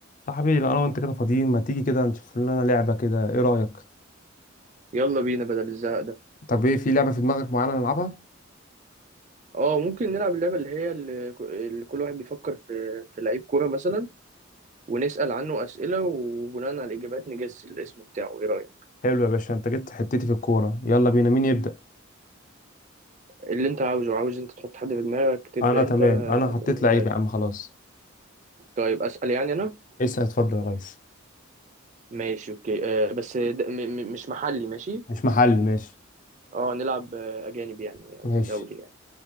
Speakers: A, on the left; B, on the right.
A: صاحبي لو انا وانت كده فاضيين ما تيجي كده نشوف لنا لعبة كده ايه رأيك
B: يلا بينا بدل الزهق ده
A: طب ايه في لعبة في دماغك معينة نلعبها؟
B: اه ممكن نلعب اللعبة اللي هي اللي ك- اللي كل واحد بيفكر في في لعيب كورة مثلا ونسأل عنه أسئلة وبناء على الإجابات نجس الاسم بتاعه ايه رأيك
A: حلو يا باشا انت جبت حتتي في الكورة يلا بينا مين يبدأ
B: اللي انت عاوزه عاوز انت تحط حد في دماغك تبدأ
A: انا تمام
B: انت آه،
A: انا حطيت
B: اللي
A: لعيب
B: انت عايزه
A: يا عم خلاص
B: طيب أسأل يعني انا
A: اسأل اتفضل يا ريس
B: ماشي اوكي آه بس ده م م مش محلي ماشي
A: مش محلي ماشي
B: اه نلعب آه، أجانب يعني أو
A: ماشي
B: دولي يعني